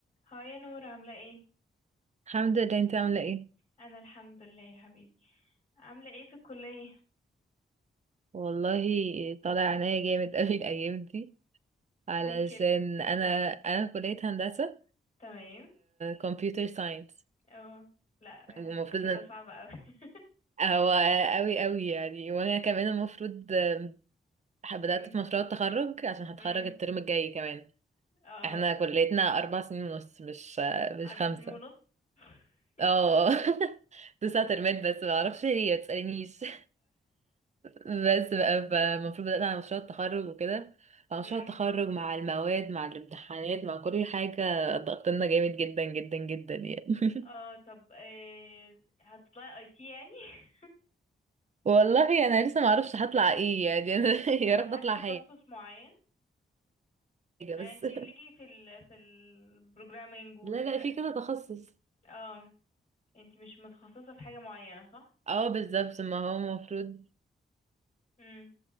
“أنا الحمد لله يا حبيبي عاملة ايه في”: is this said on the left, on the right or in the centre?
Left